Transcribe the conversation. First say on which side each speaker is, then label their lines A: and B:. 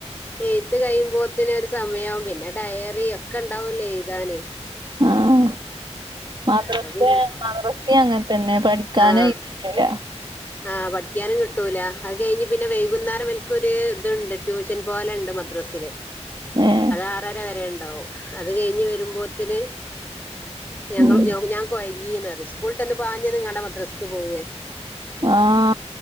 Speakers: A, on the left; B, on the right.
A: എയുത്ത് കഴിയുമ്പോത്തിന് ഒരു സമയാവും പിന്നെ ഡയറി ഒക്കെ ഉണ്ടാവല്ലോ എഴുതാന്
B: ആഹ് മദ്രസ
A: അപ്പൊ പിന്നെ
B: മദ്രസ അങ്ങനെ തന്നെ പഠിക്കാനും
A: ആഹ്
B: ഇല്ല
A: ആഹ് പഠിക്കാനും കിട്ടൂല അത് കഴിഞ്ഞ് പിന്നെ വൈകുന്നേരം ഇവല്ക്കൊരു ഇതുണ്ട് ട്യൂഷൻ പോലണ്ട് മ മദ്രസ്സല്
B: ഏഹ്
A: ആറര വരെ ഉണ്ടാവും അത് കഴിഞ്ഞ് വരുമ്പോത്തിന് ഞങ്ങള്
B: ഉം
A: ഞാ ഞാക്കൊയങ്ങീന്ന്റിഞ്ഞ് സ്കൂളട്ട് വന്നപാഞ്ഞന്നങ്ങാണ്ട് മദ്രസക്ക് പോവേര്ന്നു
B: ആഹ്